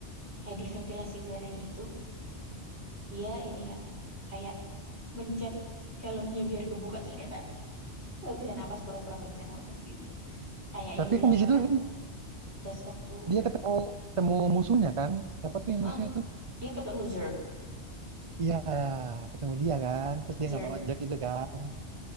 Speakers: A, on the right; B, on the right.
A: Kayak di ventilasi udaranya itu dia ini kan kayak mencet helmnya biar kebuka terus dia kayak nggak bisa napas pura-pura nggak bisa napas gitu. Kayak yang
B: Tapi
A: dilakukan
B: kan di situ kan
A: Bas waktu
B: dia ketemu ketemu musuhnya kan? Siapa tuh yang
A: Heeh,
B: musuhnya tuh?
A: dia ketemu Zerg.
B: Iya, ketemu dia kan. Terus dia
A: Zerg.
B: ngelawan Jack itu kan.